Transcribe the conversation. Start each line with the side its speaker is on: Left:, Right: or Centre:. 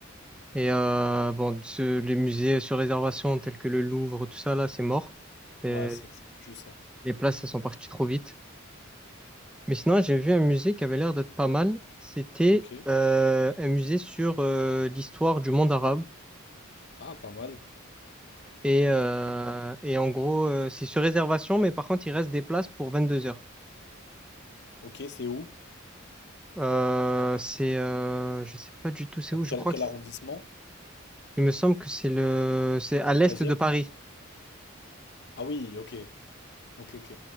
Centre: Et euh, bon, ce- les musées sur réservation tels que le Louvre, tout ça, là, c'est mort. Et
Left: ouais, c'est c'est foutu ça.
Centre: les places, elles sont parties trop vite. Mais sinon, j'ai vu un musée qui avait l'air d'être pas mal. C'était
Left: Ok.
Centre: euh, un musée sur euh, l'histoire du monde arabe.
Left: Ah, pas mal.
Centre: Et, euh,
Left: Mhm.
Centre: et en gros, euh, c'est sur réservation, mais par contre, il reste des places pour 22 heures.
Left: Ok, c'est où?
Centre: Euh, c'est, euh, je sais pas du tout c'est où, je
Left: Quel,
Centre: crois
Left: quel
Centre: que c'est-
Left: arrondissement?
Centre: il me semble que c'est le, c'est à l'est
Left: 13
Centre: de Paris.
Left: Ah oui, ok. Ok, ok.